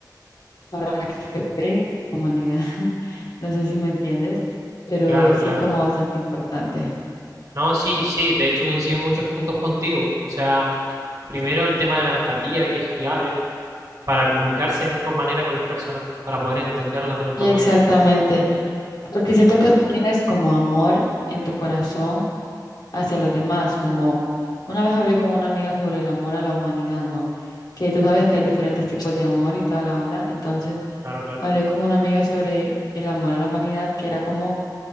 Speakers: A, on the left; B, on the right.
A: para que la humanidad. <laughs> No sé si me entiendes, pero
B: claro,
A: sí
B: claro.
A: es como bastante importante.
B: No, sí, sí, de hecho coincido en muchos puntos contigo. O sea, primero el tema de la empatía, que es clave para comunicarse de mejor manera con las personas, para poder entenderlas de mejor
A: Y exactamente.
B: manera.
A: Porque siento que si tienes como amor en tu corazón hacia los demás, como una vez hablé con una amiga sobre el amor a la humanidad, ¿no? Que tú sabes que hay diferentes tipos de amor y toda la onda. Entonces,
B: Claro, claro.
A: hablé con una amiga sobre el amor a la humanidad, que era como